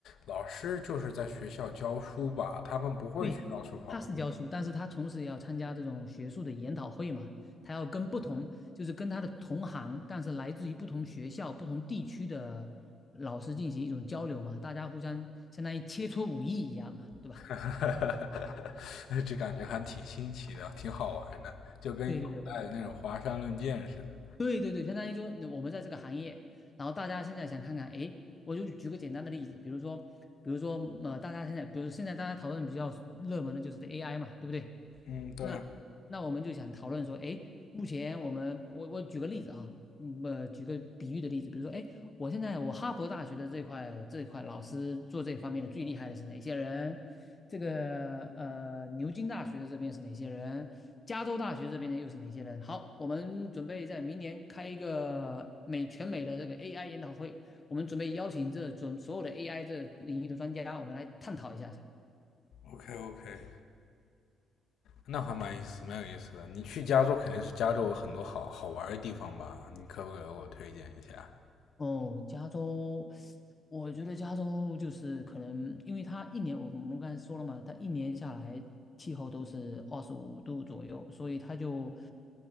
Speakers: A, on the left; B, on the left.
A: 老师就是在学校教书吧，他们不会去到处跑，
B: 对，他哦是教书，但是他同时也要参加这种学术的研讨会嘛，他要跟不同，就是跟他的同行，但是来自于不同学校、不同地区的老师进行一种交流嘛，大家互相相当于切磋武艺一样嘛，对吧？
A: <laughs> 哈哈哈，这感觉还挺新奇的，挺好玩的，就跟古代的那种华山论剑似的。
B: 对对对，对对对，相当于说我们在这个行业，然后大家现在想看看，哎，我就举个简单的例子，比如说，比如说，呃，大家现在，比如现在大家讨论比较热门的就是 AI 嘛，对不对？
A: 嗯，对
B: 那那我们就想讨论说，哎，目前我们我我举个例子啊，嗯呃，举个比喻的例子，比如说，哎，我现在我哈佛大学的这块这块老师做这方面的最厉害的是哪些人？这个呃，牛津大学的这边是哪些人？加州大学这边的又是哪些人？好，我们准备在明年开一个美全美的这个 AI 研讨会，我们准备邀请这准所有的 AI 这领域的专家，我们来探讨一下
A: ，OK OK，那还蛮意思，蛮有意思的。你去加州肯定是加州有很多好好玩的地方吧？你可不可以给我推荐一下？
B: 哦，加州，我觉得加州就是可能，因为它一年，我们刚才说了嘛，它一年下来气候都是二十五度左右，所以它就